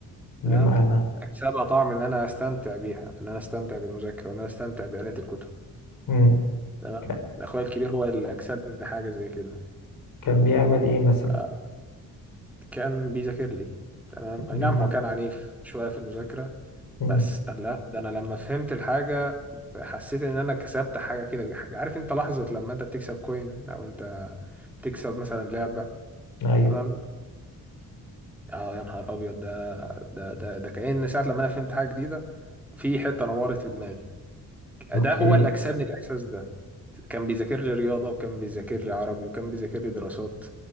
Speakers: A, on the left; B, in the centre.
A: بمعنى
B: تمام أكسبها طعم إن أنا أستمتع بيها إن أنا أستمتع بالمذاكرة وإن أنا أستمتع بقراءة الكتب
A: مم.
B: تمام
A: ك-
B: أخويا الكبير هو اللي أكسبني حاجة زي كده
A: كان بيعمل ايه مثلا
B: آه، كان بيذاكر لي تمام
A: كان
B: اي
A: بيذاكر
B: نعم هو كان عنيف شوية في المذاكرة
A: مم.
B: بس قال لا ده انا لما فهمت الحاجة حسيت ان انا كسبت حاجة كده عارف انت لحظة لما انت بتكسب كوين او انت بتكسب مثلا لعبة
A: ايوه
B: تمام اه يا نهار ابيض ده ده ده ده كأن ساعة لما انا فهمت حاجة جديدة في حتة نورت في دماغي
A: اوكي
B: ده هو اللي أكسبني الإحساس ده كان بيذاكر لي رياضة وكان بيذاكر لي عربي وكان بيذاكر لي دراسات